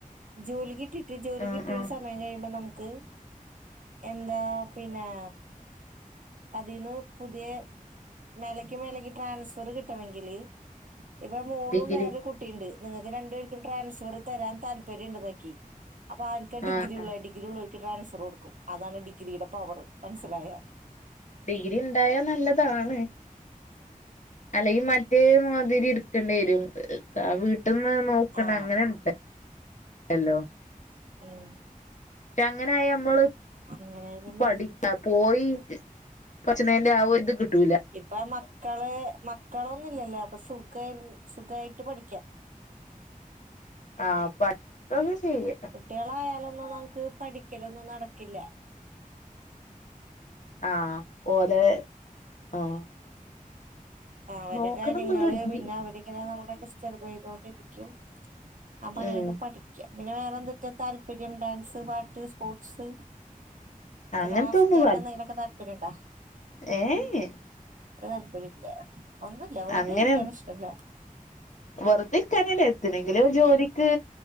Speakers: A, on the right (about 60°); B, on the left (about 55°).
A: ജോലി കിട്ടിട്ട് ജോലി
B: ആഹ്
A: കിട്ടിയ
B: ആഹ്
A: ഒരു സമയം കഴിയുമ്പോ നമുക്ക്. എന്താ പിന്നെ. അതിൽന്ന് പുതിയ മേലക്ക് മേലക്ക് ട്രാൻസ്ഫർ കിട്ടണെങ്കില്. ഇപ്പൊ മോളും
B: ഡിഗ്രി
A: വേറൊരു കുട്ടിയുണ്ട് നിങ്ങൾക്ക് രണ്ടു പേർക്കും ട്രാൻസ്ഫർ തരാൻ താല്പര്യം ഉണ്ട് എന്ന് വെക്ക്. അപ്പൊ ആർക്ക ഡിഗ്രി
B: ആഹ് ആഹ്
A: ഉള്ള ഡിഗ്രി ഉള്ളവർക്ക് ട്രാൻസ്ഫർ കൊടുക്കും അതാണ് ഡിഗ്രിയുടെ പവറ് മനസ്സിലായ.
B: ഡിഗ്രി ഇണ്ടായാൽ നല്ലതാണ്.
A: <inaudible>
B: അല്ലെങ്കിൽ മറ്റേ മാതിരി എടുക്കേണ്ടി വരും ആ വീട്ടന്ന് നോക്കണ
A: ആ
B: അങ്ങനെ. ഹലോ ടലോ
A: ഉം.
B: അങ്ങനെയാ നമ്മള്
A: അങ്ങനെയായാലും
B: പഠി
A: മതി
B: ആ പോയി പച്ച നേന്റെ ആവു ഇത് കിട്ടൂല.
A: ഇപ്പ മക്കള് മക്കളൊന്നുല്ലല്ലോ അപ്പൊ സുഖ സുഖായിട്ട് പഠിക്കാം.
B: ആഹ് പഠിക്കക്കെ ചെയ്യ
A: കുട്ടിളായാലൊന്നും നമുക്ക് പഠിക്കലൊന്നും നടക്കില്ല.
B: ആ ഓലോ ആഹ്.
A: അവരെ
B: നോക്കണം
A: കാര്യങ്ങള്.
B: എന്നുള്ള ഡിഗ്രി
A: പിന്നെ അവര് നമ്മള ഡിസ്റ്റർബ് ചെയ്തൊണ്ടിരിക്കും അപ്പൊ അങ്ങനൊക്കെ
B: ഉം
A: പഠിക്കൃ പിന്നെ വേറെന്തുട താല്പര്യം ഡാൻസ്, പാട്ട്, സ്പോർട്സ്.
B: അങ്ങനത്തൊന്നും
A: ക്രാഫ്റ്റ് അങ്ങനെ എന്തെങ്കിലൊക്ക താല്പര്യ ഉണ്ടാ.
B: ഏ എ
A: ഒരു താല്പര്യയില്ല ഒന്നുല്ല വെറുതെ
B: അങ്ങനെ
A: ഇനിക്കാണും ഇഷ്ടല്ല.
B: വെറുതെ ഇരിക്കാനും എന്തിനെങ്കിലുംഒര് ജോലിക്ക്